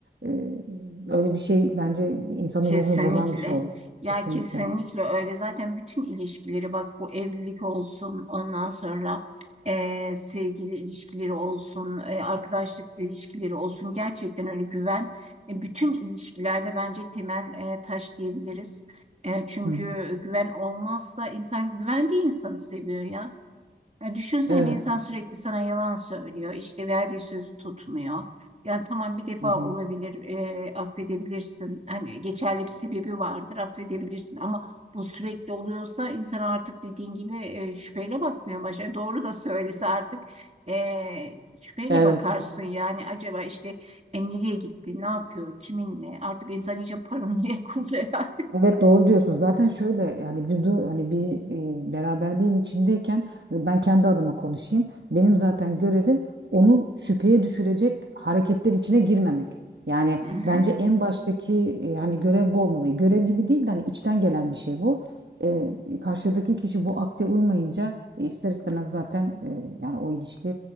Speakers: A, on the right; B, on the right.
A: e, öyle bir şey bence insanın
B: Kesinlikle.
A: ruhunu bozan bir şey olur.
B: Ya
A: Kesinlikle.
B: kesinlikle öyle. Zaten bütün ilişkileri bak bu evlilik olsun ondan sonra eee, sevgili ilişkileri olsun eee, arkadaşlık ilişkileri olsun gerçekten öyle güven. E, bütün ilişkilerde bence temel eee, taş diyebiliriz. E, çünkü
A: Hı hı.
B: güven olmazsa insan güvendiği insanı seviyor ya. Ya düşünsene
A: Evet.
B: bir insan sürekli sana yalan söylüyor, işte verdiği sözü tutmuyor. Yani tamam bir defa
A: Hı hı.
B: olabilir, e, affedebilirsin. Hani geçerli bir sebebi vardır, affedebilirsin. Ama bu sürekli oluyorsa insan artık dediğin gibi e, şüpheyle bakmaya başlar. Doğru da söylese artık e, şüpheyle
A: Evet.
B: bakarsın. Yani acaba işte e, nereye gitti, ne yapıyor, kiminle? Artık insan iyice paranoya kuruyor artık.
A: Evet doğru diyorsun. Zaten şöyle yani bir du- hani bir e, beraberliğin içindeyken e, ben kendi adıma konuşayım. Benim zaten görevim onu şüpheye düşürecek hareketler içine girmemek. Yani
B: <laughs>
A: bence en baştaki e, hani görev bu olmalı. E, Görev gibi değil de hani içten gelen bir şey bu. E, karşıdaki kişi bu akte uymayınca e, ister istemez zaten e, yani o ilişki